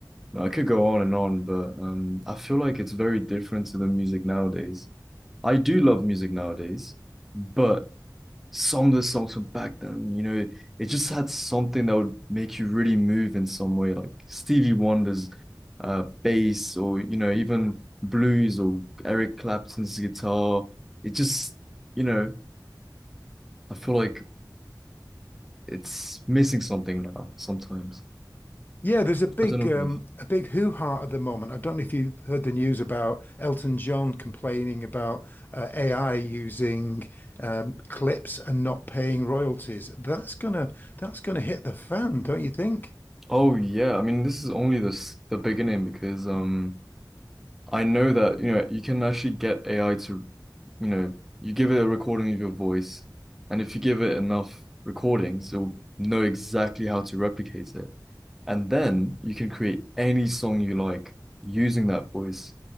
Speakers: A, in the centre; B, on the left.
A: you know, I could go on and on, but um, I feel like it's very different to the music nowadays. I do love music nowadays, but some of the songs from back then, you know, it just had something that would make you really move in some way, like Stevie Wonder's uh bass or you know, even blues or Eric Clapton's guitar. It just, you know, I feel like it's missing something now sometimes.
B: Yeah, there's a big
A: I don't know what
B: um,
A: you think.
B: a big hoo ha at the moment. I don't know if you've heard the news about Elton John complaining about uh, AI using um, clips and not paying royalties. That's gonna that's gonna hit the fan, don't you think?
A: Oh yeah, I mean this is only the s- the beginning because um I know that you know you can actually get AI to you know, you give it a recording of your voice, and if you give it enough recordings, it'll know exactly how to replicate it. And then you can create any song you like using that voice.